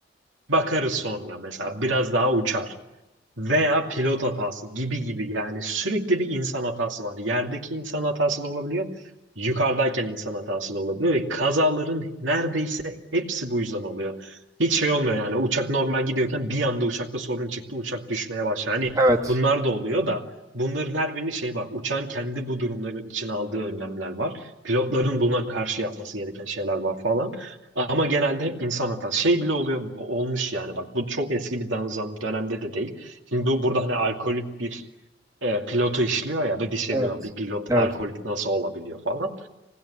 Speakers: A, on the right; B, on the right.
A: bakarız sonra mesela biraz daha uçar. Veya pilot hatası gibi gibi yani sürekli bir insan hatası var. Yerdeki insan hatası da olabiliyor, yukarıdayken insan hatası da olabiliyor ve kazaların neredeyse hepsi bu yüzden oluyor. Hiç şey olmuyor yani uçak normal gidiyorken bir anda uçakta sorun çıktı, uçak düşmeye başladı. Hani
B: Evet,
A: bunlar da oluyor da bunların her birinin şeyi var. Uçağın kendi bu durumların için aldığı önlemler var. Pilotların buna karşı yapması gereken şeyler var falan. Ama genelde hep insan hatası. Şey bile oluyor, olmuş yani bak bu çok eski bir danzam dönemde de değil. Şimdi bu burada hani alkolik bir e, pilotu işliyor ya da bir şey
B: evet,
A: diyorum bir pilot
B: evet,
A: alkolik nasıl olabiliyor falan.